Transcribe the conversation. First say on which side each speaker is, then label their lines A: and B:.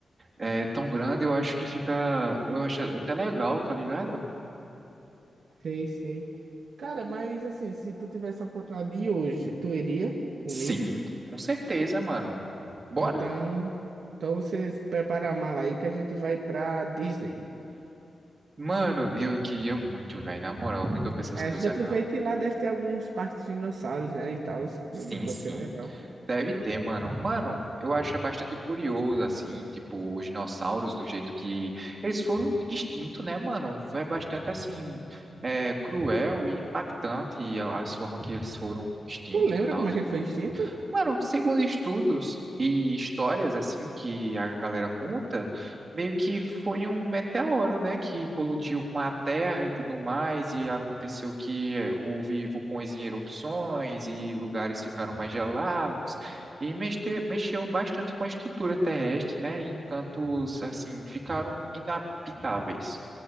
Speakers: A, on the right; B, on the right.
A: é, tão grande, eu acho que fica. Eu acho até legal, tá ligado?
B: Sei, sei. Cara, mas assim, se tu tivesse a oportunidade de ir hoje, tu iria comigo?
A: Sim, com certeza, mano. Bora?
B: Então, então você prepara a mala aí que a gente vai pra Disney.
A: Mano, eu queria muito, velho. Na moral, brinca com essas
B: A
A: coisas,
B: gente aproveita
A: não.
B: e lá deve ter alguns parques de dinossauros, né, e tal,
A: Sim,
B: e pode
A: sim.
B: ser legal.
A: Deve ter, mano. Mano, eu acho bastante curioso, assim, tipo, os dinossauros, do jeito que eles foram extintos, né, mano? É bastante, assim, é, cruel e impactante a, a forma que eles foram extintos
B: Tu lembra
A: e tal.
B: como é que ele foi extinto?
A: Mano, segundo estudos e histórias assim que a galera conta, meio que foi um meteoro, né, que colidiu com a Terra e tudo mais, e aconteceu que houve vulcões em erupções e lugares ficaram mais gelados, e mexe- mexeu bastante com a estrutura terrestre, né, e encantos assim ficaram inabitáveis,